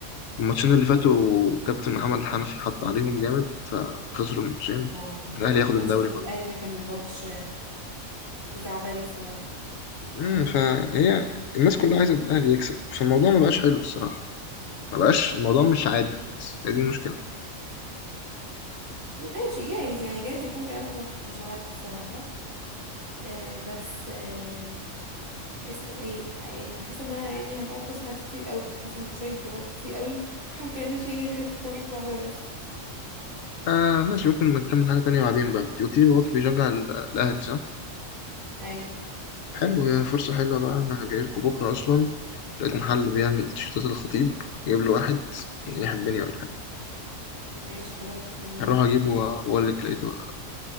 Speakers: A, on the left; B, on the right.
A: الماتشين اللي فاتوا كابتن محمد الحنفي حط عليهم جامد فخسروا الماتشين
B: اه
A: الاهلي ياخد
B: ماتش
A: الدوري
B: البنك
A: برضه
B: الاهلي ده كان ماتش خزعبلي الصراحه
A: امم فهي الناس كلها عايزه الاهلي يكسب فالموضوع ما بقاش حلو الصراحه ما بقاش الموضوع مش عادل بس هي دي المشكله
B: ماشي جايز يعني جايز يكون كلامك صح مش عارف الصراحه آه بس آه اسمه ايه يعني حاسه انها يعني هتقعد تسمع كتير قوي يعني حاسه انك شايل جواك كتير قوي واحنا ما كناش يعني غير في بوينت واحده بس
A: آه ماشي ممكن نكمل حاجه تانية بعدين بقى انت قلت لي باباكي بيشجع ال- الاهلي صح
B: ايوه
A: حلو هي فرصه حلوه بقى انا جاي لكم بكره اصلا لقيت محل بيعمل تيشيرتات الخطيب جايب له واحد كان ايه حبني ولا حاجه
B: ماشي خلاص مستنينا
A: هروح اجيبه واقول لك لقيته ولا